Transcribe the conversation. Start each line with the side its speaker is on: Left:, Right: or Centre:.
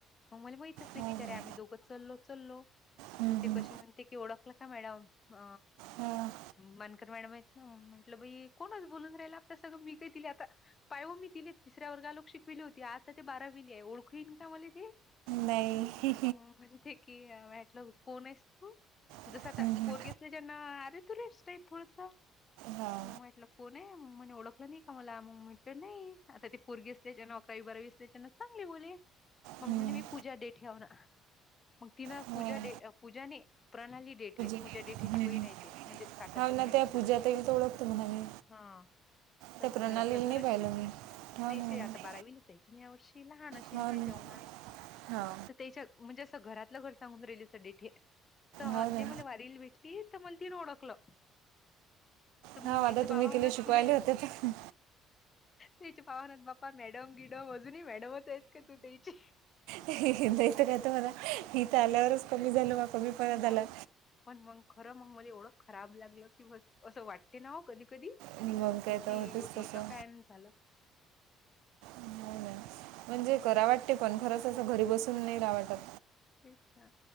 Left: मला माहितच नाही
Right: हां
Left: बिचारे आम्ही दोघच चलो चलो.
Right: हं,
Left: मग ते
Right: हं.
Left: कशी म्हणते की, ओळखलं का मॅडम? अ
Right: हां
Left: मानकर मॅडम आहेत ना म्हटलं बई कोणच बोलून राहिला? ते सगळं मी काय तिले आता पाय हो मी तिले तिसऱ्या वर्गालोक शिकविले होती आता ते बारावीली आहे ओळखूईन का मला ती?
Right: नाही
Left: मंग म्हणते की, भेटलं कोण आहेस तू?
Right: हं,
Left: जस आता
Right: हं.
Left: पोरगेसले ज्याना अरे तुरे टाईफसं.
Right: हां
Left: मग म्हटलं कोन आहे? मग मणे ओळखलं नाही का मला? मग नाही आता ती पोरगी असल्याच्यान अ कायी बर असल्याच्यान चांगले बोली. मग
Right: हं.
Left: म्हणे मी पूजा डे ठेव ना मग तिन
Right: हां
Left: पूजाडे पूजाने प्रणाली डेठे
Right: हं,
Left: पूजा डेठेची बहीण
Right: हं.
Left: आहे ती. म्हणजे काकाची
Right: हो
Left: मुलगी
Right: ना त्या
Left: चुल
Right: पूजा ताईला तर ओळखतो म्हणा मी
Left: हा तसं
Right: त्या प्रणालीला
Left: घरातलं घरचशी
Right: नाही पाहिलं मी हो
Left: नाही
Right: ना
Left: ते आता बारावीलाच आहे यावर्षी लहान असचीन
Right: हो
Left: ते
Right: ना
Left: तेव्हा.
Right: हां
Left: तर त्याच्या म्हणजे असं घरातलं घर सांगून राहिले सगे तर
Right: हो ना
Left: ते मला वारीला भेटले ते तर मण तीन ओळखलं तर मग
Right: हा
Left: याचे
Right: आता
Left: बाबा
Right: तुम्ही तिला
Left: म्हणत
Right: शिकवायला
Left: तुले
Right: होते तर
Left: तेच्या पाहनात बाप्पा मॅडम गिडम अजूनही मॅडमच आहेत का तू त्याची
Right: नाहीत काय त मला हे तर आल्यावरच कमी झालं मग. कमी परा झाला.
Left: मग पण मग खरं मग मला एवढं खराब लागलं की ब असं वाटते ना हो कधी कधी.
Right: मग काय
Left: कि
Right: तर होतेच
Left: होत
Right: तसं हो
Left: काय आणि झालं
Right: नाही नाही म्हणजे
Left: हम्म,
Right: करा वाटते पण खरंच असं घरी बसून
Left: हा,
Right: नाही रा वाटतात.
Left: तेच ना